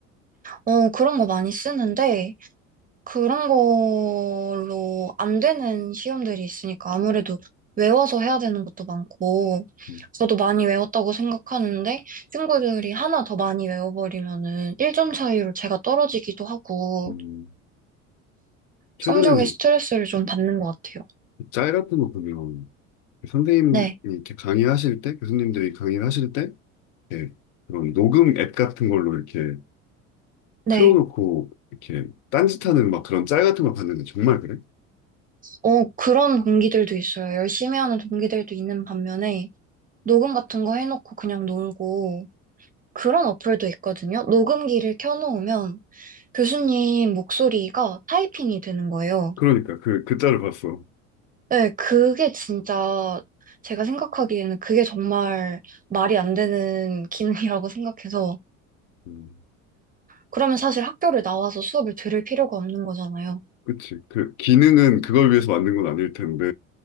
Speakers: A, on the right; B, on the left.
A: 어, 그런 거 많이 쓰는데, 그런 걸로 안 되는 시험들이 있으니까 아무래도 외워서 해야 되는 것도 많고,
B: 음.
A: 저도 많이 외웠다고 생각하는데, 친구들이 하나 더 많이 외워버리면은 1점 차이로 제가 떨어지기도 하고,
B: 음. 최근에는
A: 성적에 스트레스를 좀 받는 것 같아요.
B: 짤 같은 거 보면 선생님이
A: 네,
B: 이렇게 강의하실 때 교수님들이 강의를 하실 때 이렇게 그런 녹음 앱 같은 걸로 이렇게
A: 네.
B: 틀어놓고 이렇게 딴짓하는 막 그런 짤 같은 거 봤는데 정말 그래?
A: 어, 그런 동기들도 있어요. 열심히 하는 동기들도 있는 반면에, 녹음 같은 거 해놓고 그냥 놀고, 그런 어플도 있거든요. 녹음기를 켜놓으면 교수님 목소리가 타이핑이 되는 거예요.
B: 그러니까 그 그 짤을 봤어.
A: 네, 그게 진짜 제가 생각하기에는 그게 정말 말이 안 되는 기능이라고 생각해서
B: 음,
A: 그러면 사실 학교를 나와서 수업을 들을 필요가 없는 거잖아요.
B: 그치. 그 기능은 그걸 위해서 만든 건 아닐 텐데